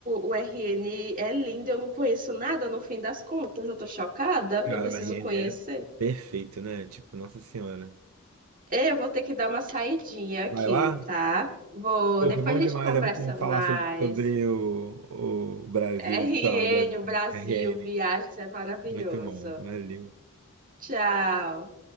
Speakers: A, on the right; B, on the right.
A: o RN é lindo, eu não conheço nada no fim das contas, eu tô chocada,
B: Cara,
A: eu preciso
B: o RN
A: conhecer.
B: é perfeito, né? Tipo, Nossa Senhora.
A: Eu vou ter que dar uma saidinha aqui,
B: Vai lá?
A: tá? Vou,
B: Pô,
A: depois
B: foi bom
A: a
B: demais,
A: gente conversa
B: é muito bom falar
A: mais.
B: sobre, sobre o, o Brasil,
A: <laughs> R
B: o litoral do Brasil,
A: N, o Brasil,
B: o RN.
A: viagens é maravilhoso.
B: Muito bom, valeu.
A: Tchau.